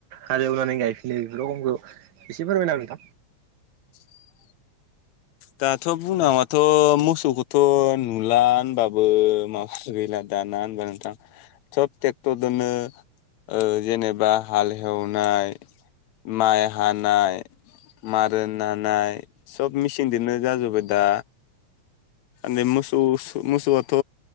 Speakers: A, on the right; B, on the left.
A: हाल एवनानै गायफिनो बे रखमखौ इसे फोरमायनाहो नोंथां
B: <inaudible> दाथ' बुंनांमाथ' मोसौखौथ' नुला होनबाबो मा <unintelligible> गैला दा ना ओनबा नोंथां थप टेक्टरदोनो ओ जेनेबा हालहेवनाय माइ हानाय मारोन नानाय सब मिस सिनदोनो जाजोबबाय दा। आनि मोसौस मोसौआथ'